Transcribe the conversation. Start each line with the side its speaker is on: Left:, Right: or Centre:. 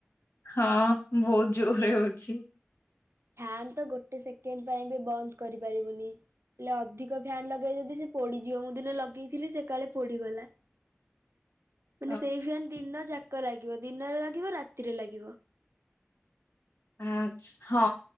Left: ହଁ ବହୁତ ଜୋର ରେ ହଉଛି।
Right: ଫ୍ୟାନ୍ ତ ଗୋଟେ ସେକେଣ୍ଡ ପାଇଁ ବି ବନ୍ଦ କରିପାରିବୁନି। ହେଲେ ଅଧିକ ଫ୍ୟନ୍ ଲଗେଇ ଯଦି ସେ ପୋଡିଯିବ ମୁଁ ଦିନ ଲଗେଇଥିଲି ସେ କାଳେ ପୋଡିଗଲା।
Left: <inaudible>
Right: ମାନେ ସେଇ ଫ୍ୟାନ ଦିନ ଯାକ ଲାଗିବ, ଦିନରେ ଲାଗିବ ରାତିରେ ଲାଗିବ।
Left: ଆ ହଁ